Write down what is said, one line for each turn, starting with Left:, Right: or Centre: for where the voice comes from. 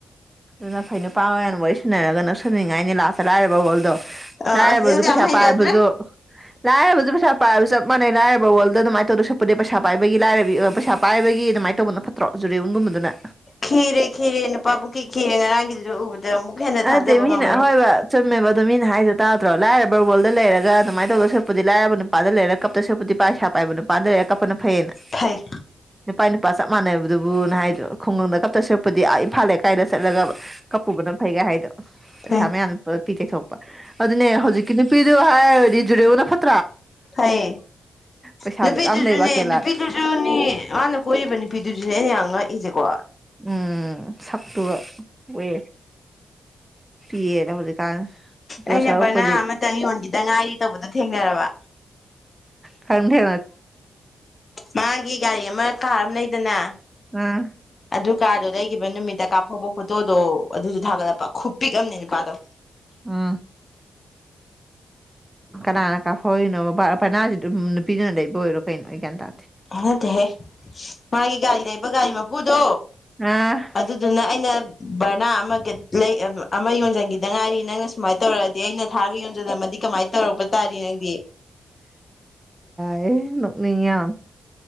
Right: ꯑꯗꯨꯅ ꯐꯩ ꯅꯨꯄꯥ ꯍꯅ ꯋꯥꯔꯤ ꯁꯅꯔꯒ ꯅꯛꯁꯤꯟꯅꯅꯤꯡꯉꯥꯏꯅꯤ ꯂꯥꯁꯇ ꯂꯥꯏꯔꯕ ꯍꯣꯜꯗꯣ
Left: ꯑꯥ
Right: ꯂꯥꯏꯔꯕꯁꯨ
Left: ꯑꯁ ꯑꯗꯨꯗꯤ ꯌꯥꯝ
Right: ꯄꯩꯁꯥ
Left: ꯍꯩꯅꯗ꯭ꯔꯦ
Right: ꯄꯥꯏꯔꯕꯁꯨ ꯂꯥꯏꯔꯕꯁꯨ ꯄꯩꯁꯥ ꯄꯥꯏꯕꯁꯨ ꯆꯞ ꯃꯥꯟꯩ ꯂꯥꯏꯔꯕ ꯋꯥꯔꯜꯗ ꯑꯗꯨꯃꯥꯏꯅ ꯇꯧꯔꯁꯨ ꯆꯠꯄꯗꯤ ꯄꯩꯁꯥ ꯄꯥꯏꯕꯒꯤ ꯂꯥꯏꯕꯤ ꯄꯩꯁꯥ ꯄꯥꯏꯕꯒꯤ ꯑꯗꯨꯃꯥꯏꯅ ꯇꯧꯕꯅꯣ ꯐꯠꯇ꯭ꯔꯣ ꯑꯣꯖꯗ ꯑꯣꯟꯕ ꯃꯗꯅꯅꯥ
Left: ꯈꯤꯔꯦ ꯈꯤꯔꯦ ꯅꯨꯄꯥ ꯄꯨꯡꯈꯤ ꯈꯤꯔꯦ ꯉꯔꯥꯡꯒꯤꯗꯨꯁꯨ ꯎꯕꯗ ꯑꯃꯨꯛ ꯍꯦꯟꯅ ꯊꯥꯖꯕ
Right: ꯑꯠꯇ ꯃꯤꯅꯥ
Left: ꯉꯝꯃꯔꯣꯏ
Right: ꯍꯣꯏꯕ ꯆꯨꯝꯃꯦꯕ ꯑꯗꯨ ꯃꯤꯅꯥ ꯍꯥꯏꯗꯣꯥꯗ꯭ꯔꯣ ꯂꯥꯏꯔ ꯕꯔꯕꯣꯜꯗ ꯂꯩꯔꯒ ꯑꯗꯨꯃꯥꯏꯅ ꯇꯧꯗ ꯁꯣꯠꯄꯗꯤ ꯂꯥꯏꯔꯕ ꯅꯨꯄꯥꯗ ꯂꯩꯔꯒ ꯀꯞꯇ ꯁꯣꯠꯄꯗꯤ ꯄꯥꯏꯁꯥ ꯄꯥꯏꯕꯅ ꯗ꯭ꯔꯦ ꯌꯥꯀꯄꯅ ꯐꯩꯅ
Left: ꯐꯩ
Right: ꯅꯨꯄꯥꯥꯏꯅꯤ ꯂꯄꯥ ꯆꯞ ꯃꯥꯟꯅꯕꯗꯨꯕꯨꯅ ꯍꯥꯏꯗ꯭ꯔꯣ ꯈꯨꯡꯒꯪꯗ ꯀꯞꯇ ꯁꯔꯛꯄꯗꯤ ꯑ ꯏꯝꯐꯥꯜꯦ ꯀꯥꯏꯅ ꯆꯠꯂꯒ ꯀꯄꯨꯕꯅꯝ ꯐꯩꯒ ꯍꯥꯏꯗꯣ ꯄꯩꯁꯥ
Left: ꯐꯩ
Right: ꯃꯌꯥꯝ ꯄꯤ ꯇꯩꯊꯣꯛꯄ ꯑꯗꯨꯅꯦ ꯍꯧꯖꯤꯛꯀꯤ ꯅꯨꯄꯤꯗꯨ ꯍꯥꯏꯔꯗꯤ ꯖꯨꯔꯦꯕꯨꯅ ꯐꯠꯇ
Left: ꯐꯩꯌꯦ
Right: ꯄꯩꯁꯥꯁꯨ
Left: ꯅꯨꯄꯤꯗꯨꯁꯨꯅꯦ
Right: ꯌꯥꯝ ꯂꯩꯕ ꯀꯦꯔꯂꯥꯗ
Left: ꯅꯨꯄꯤꯗꯨꯁꯨꯅꯦ ꯃꯥꯅ ꯀꯣꯏꯔꯤꯕ ꯅꯨꯄꯤꯗꯨꯁꯨꯅꯦ ꯑꯩꯅ ꯌꯥꯝ ꯉꯛꯏꯁꯦꯀꯣ
Right: ꯎꯝ ꯁꯛꯇꯨꯕ ꯑꯣꯏꯌꯦ ꯄꯤꯌꯦꯗ ꯍꯧꯖꯤꯛ ꯀ ꯗꯣꯁꯥ
Left: ꯑꯩꯅ ꯕꯅꯥ
Right: ꯎꯄꯗꯤ
Left: ꯑꯃꯇꯪ ꯌꯣꯟꯈꯤꯗ ꯉꯥꯏꯔꯤ ꯇꯧꯕꯗ ꯊꯦꯡꯅꯔꯕ
Right: ꯈꯗꯦ ꯃꯦ
Left: ꯃꯥꯒꯤ ꯒꯥꯔꯤ ꯑꯃ ꯀꯥꯔ ꯑꯃ ꯂꯩꯗꯅ
Right: ꯑꯥ
Left: ꯑꯗꯨ ꯀꯥꯗꯣ ꯂꯩꯈꯤꯕ ꯅꯨꯃꯤꯠꯇ ꯀꯥꯞꯍꯧꯕ ꯐꯣꯇꯣꯗꯣ ꯑꯗꯨꯁꯨ ꯊꯥꯒꯠꯂꯛꯄ ꯈꯨ ꯄꯤꯛꯑ ꯑꯃꯅꯦ ꯅꯨꯄꯥꯗꯣ
Right: ꯑꯥ ꯀꯅꯥꯅ ꯀꯥꯍꯣꯔꯤꯅꯣꯕ ꯄꯅꯥꯁꯤ ꯑꯗꯨꯝ ꯅꯨꯄꯤꯗꯨꯅ ꯂꯩꯕ ꯑꯣꯏꯔꯣ ꯀꯩꯅꯣ ꯑꯩ ꯀ ꯇ
Left: ꯑꯣꯠꯇꯍꯦ ꯃꯥꯒꯤ ꯒꯥꯔꯤ ꯂꯩꯕ ꯒꯥꯔꯤ ꯃꯄꯨꯗꯣ
Right: ꯑꯥ
Left: ꯑꯗꯨꯗꯨꯅ ꯑꯩꯅ ꯕꯔꯅꯥ ꯑꯃꯒ ꯑꯃ ꯌꯣꯟꯁꯤꯟꯈꯤꯗ ꯉꯥꯏꯔꯤ ꯅꯪꯅ ꯁꯨꯃꯥꯏꯅ ꯇꯧꯔ ꯑꯩꯅ ꯊꯥꯔꯒ ꯌꯣꯟꯁꯤꯂꯝꯝꯃꯗꯤ ꯀꯃꯥꯏꯅ ꯇꯧꯔꯛꯄ ꯇꯥꯔꯦ ꯅꯪꯗꯤ
Right: ꯅꯅꯤꯡ